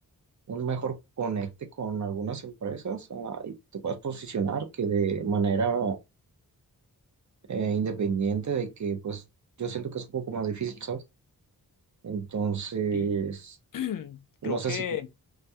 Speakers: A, on the right; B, on the left.
A: un mejor conecte con algunas empresas ah, y te puedas posicionar que de manera eh, independiente de que pues yo siento que es un poco más difícil, ¿sabes? Entonces,
B: Y <clears throat> creo
A: no sé
B: que
A: si tú,